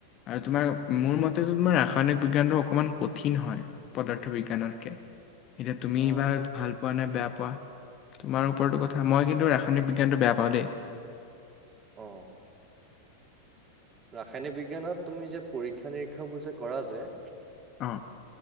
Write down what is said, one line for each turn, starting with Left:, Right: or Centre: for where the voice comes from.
Left: আৰু তোমাৰ। মোৰ মতেতো তোমাৰ ৰাসায়নিক বিজ্ঞানটো অকমান কঠিন হয়, পদাৰ্থ বিজ্ঞানতকে। এতিয়া তুমি
Right: অ
Left: এইবাৰ ভাল পোৱা নে বেয়া পোৱা। তোমাৰ ওপৰতো কথা মই কিন্তু ৰাসায়নিক বিজ্ঞানটো বেয়া পাওঁ দেই।
Right: অ। ৰাসায়নিক বিজ্ঞানত তুমি যে পৰীক্ষা নিৰীক্ষাবোৰ যে কৰা যে।
Left: অ।